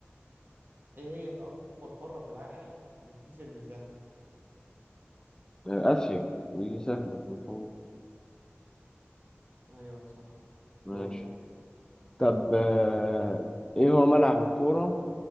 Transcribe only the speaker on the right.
ايه هي أكبر قارة في العالم من حيث المساحة
أيوه صح
دورك يلا